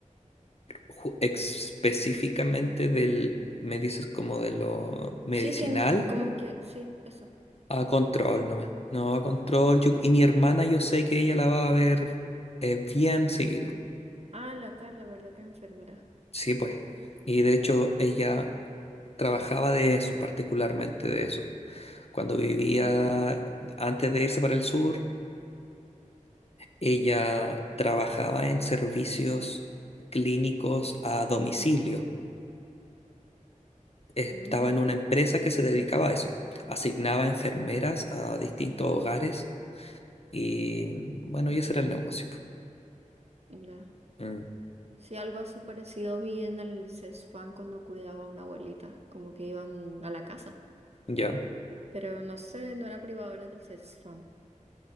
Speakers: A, on the left (about 50°); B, on the right (about 50°).
A: Ju- Específicamente del, me dices como de lo medicinal.
B: Sí, quién, como que, sí, eso.
A: A control nomás. No, a control. Yo, y mi hermana, yo sé que ella la va a ver eh, bien seguido.
B: Ah, la Carla, ¿verdad? Que enfermera.
A: Sí, pues. Y de hecho, ella trabajaba de eso, particularmente de eso. Cuando vivía, antes de irse para el sur, ella trabajaba en servicios clínicos a domicilio. Estaba
B: Mm,
A: en una empresa que se dedicaba a eso. Asignaba enfermeras a distintos hogares y bueno, y ese era el negocio.
B: ya.
A: Mm,
B: Sí, algo así parecido vi en el CESFAM cuando cuidaba a una abuelita, como que iban a la casa,
A: ya.
B: pero no sé, no era privado, era del CESFAM.